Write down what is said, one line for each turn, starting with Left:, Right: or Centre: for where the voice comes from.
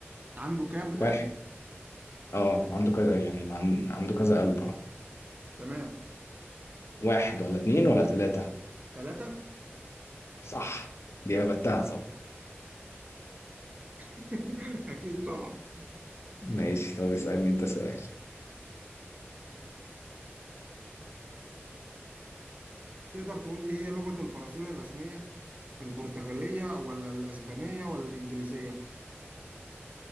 Right: عنده كام
Left: واحد
Right: قلب
Left: اه عنده كذا يعني ما عن... عنده كذا قلب اه
Right: تمام
Left: واحد ولا اتنين ولا تلاتة
Right: ثلاثة
Left: صح دي هبتها طبعا
Right: <laughs> اكيد طبعا
Left: ماشي طب اسألني انت سؤال
Right: تقدر تقول لي إيه هي لغة البرازيل الرسمية البرتغالية ولا الاسبانية ولا الانجليزية